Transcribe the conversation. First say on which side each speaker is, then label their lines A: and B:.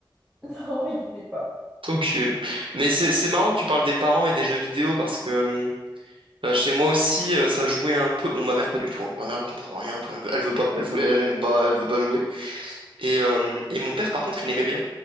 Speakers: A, in the centre; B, on the right.
A: Non, ils voulaient pas.
B: Ok. Mais c'est c'est marrant que tu parles des parents et des jeux vidéo parce que euh, euh, chez moi aussi euh, ça jouait un peu. Bon, ma mère pas du tout. hein. Ma mère elle comprend rien. Enfin, elle veut, elle veut pas. Elle voulait, elle aime pas. Elle veut pas jouer. Et euh, et mon père par contre il aimait bien.